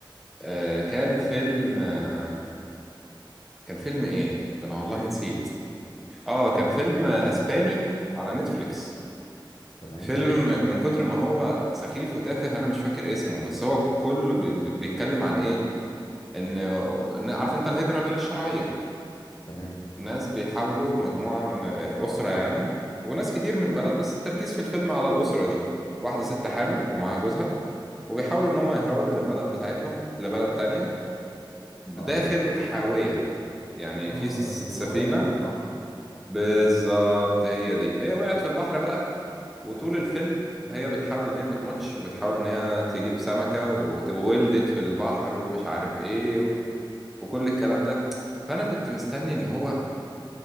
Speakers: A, in the centre; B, on the left.
A: آه كان فيلم آه كان فيلم ايه ده انا والله نسيت اه كان فيلم آه، اسباني على نتفليكس
B: تمام
A: فيلم من كتر ما هو سخيف وتافه انا مش فاكر اسمه بس هو كله بي- بي- بيتكلم عن ايه ان إن- عارف انت الهجرة غير الشرعية
B: تمام
A: ناس بيحاولوا مجموعة من آه، أسرة يعني وناس كتير من بلد بس التركيز في الفيلم على الأسرة دي واحدة ست حامل ومعاها جوزها وبيحاولوا ان هم يهربوا من البلد بتاعتهم لبلد تانية داخل
B: اه
A: حاوية يعني
B: اه
A: في س-
B: اللي
A: سفينة
B: وقعت في البحر
A: بالظبط هي دي هي وقعت في البحر بقى وطول الفيلم هي بتحاول ان هي ما تموتش وبتحاول ان هي تجيب سمكة وت- وولدت في البحر ومش عارف ايه و... وكل الكلام ده فانا كنت مستني اللي هو